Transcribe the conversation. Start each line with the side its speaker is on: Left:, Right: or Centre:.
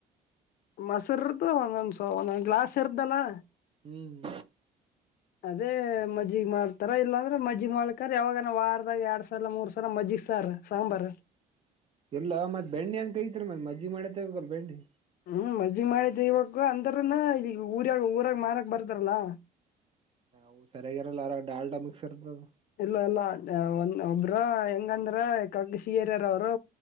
Left: ಮಾಸರ್ದು ಒಂದೊಂದ್ ಒಂದೊಂದ್ ಗ್ಲಾಸ್ ಇರ್ದಲ್ಲಾ
Right: ಹ್ಮ್
Left: ಅದೇ ಮಜ್ಜಗ್ ಮಾಡ್ತಾರ ಇಲ್ಲಾಂದ್ರೆ ಮಜ್ಜಿಗೆ ಮಾಡ್ಕಾರ ಯಾವಾಗನ ವಾರದಾಗ ಎರಡ್ ಸಲ ಮೂರ್ ಸಲ ಮಜ್ಜಿಗೆ ಸಾರ ಸಾಂಬಾರ
Right: ಎಲ್ಲ ಮತ್ ಬೆಣ್ಣೆ ಅಂಗ ಕೈಐತ್ರಿ ಮತ್ಜ್ಜಿ ಮಾಡೇತಲ್ಲ ಬೆಣ್ಣಿ
Left: ಹ್ಮ್ ಮಜ್ಜಗ್ ಮಾಡಿ ತಗವಕ್ ಅಂದರನು ಈಗ ಊರ್ಯಾಗ ಊರಾಗ ಮಾರಕ್ ಬರ್ತಾರಲ್ಲಾ
Right: ವು ಸರಿಯಾಗಿರಲ್ಲ ಯಾರ ಡಾಲ್ಡಾ ಮಿಕ್ಸ್ರ್ದದು
Left: ಇಲ್ಲ ಇಲ್ಲ ಒ ಒಬ್್ರ ಹೆಂಗಂದ್ರ ಕಗಶಿ ಹರಯರ ಅವರು